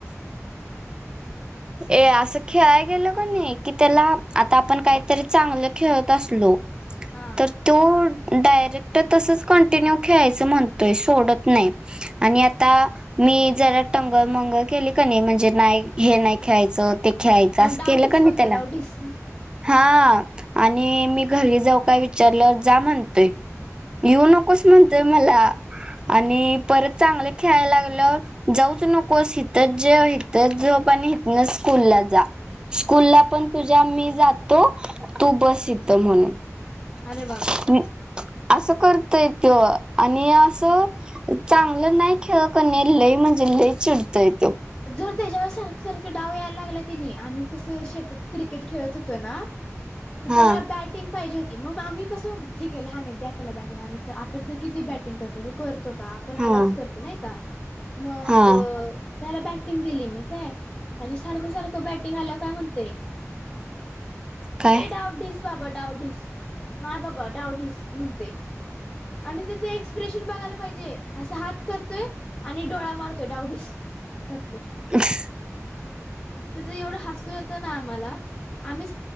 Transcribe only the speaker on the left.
<unintelligible>
हा
मग
डावडीस
म्हणते
डावडीस
अरे बापरे
जर त्याच्यावर सारख सारखा डाव यायला लागला की नाही आम्ही कसं शेतात क्रिकेट खेळत होतो ना. तर
त्याला बॅटिंग पाहिजे होती. मग आम्ही कसं ठीक आहे लहान आहे द्या त्याला बॅटिंग आम्ही तर आपण तर किती बॅटिंग करतो तो करतो का? पण आलाच
करतो नाही का मग
त्याला बॅटिंग दिली मी ते आणि सारखं सारखं बॅटिंग आलं काय म्हणते
ए डावडीस बाबा डावडीस नाही बाबा डाऊटस म्हणते आणि त्याच एक्सप्रेशन बघायला पाहिजे. असा हात करतोय आणि डोळा मारतोय डावडीस करते.
त्याचं एवढं हसू येतं ना आम्हाला आम्ही